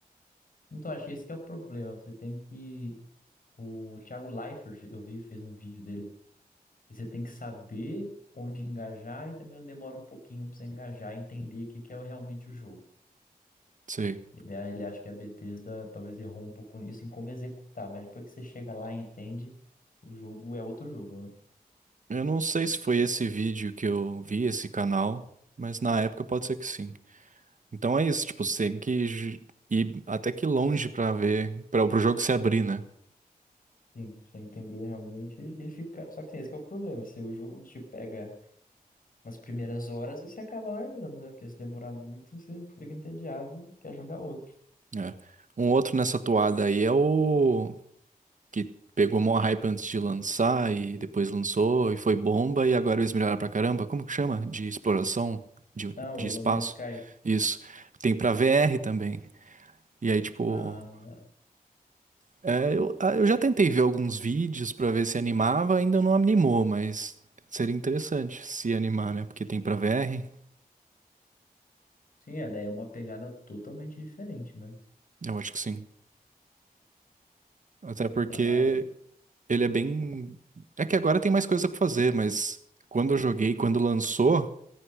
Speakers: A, on the left; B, on the right.
A: Então achei esse que é o problema. Você tem que. O Thiago Leifert, eu vi, fez um vídeo dele. E você tem que saber onde engajar e também demora um pouquinho pra você engajar e entender o que que é realmente o jogo.
B: Sei.
A: E daí ele acha que a Bethesda talvez errou um pouco nisso em como executar, mas depois que você chega lá e entende, o jogo é outro jogo, né?
B: Eu não sei se foi esse vídeo que eu vi, esse canal, mas na época pode ser que sim. Então é isso, tipo, você tem que j- ir até que longe pra ver, para o jogo se abrir, né?
A: Sim, pra você entender realmente e ficar. Só que assim, esse que é o problema. Se o jogo não te pega nas primeiras horas, você acaba largando, né? Porque se demorar muito, você fica entediado e quer jogar outro.
B: É. Um outro nessa toada aí é o que pegou maior hype antes de lançar e depois lançou e foi bomba e agora eles melhoraram pra caramba. Como que chama? De exploração de,
A: Ah, o
B: de espaço.
A: No Man's Sky.
B: Isso. Tem pra VR também. E aí, tipo,
A: Ah,
B: é, eu, ah, eu já tentei ver alguns vídeos pra ver se animava, ainda não animou, mas seria interessante se animar, né? Porque tem pra VR,
A: sim, é, daí é uma pegada totalmente diferente, né?
B: eu acho que sim. Até porque
A: Ainda mais.
B: Ele é bem. É que agora tem mais coisa pra fazer, mas quando eu joguei, quando lançou,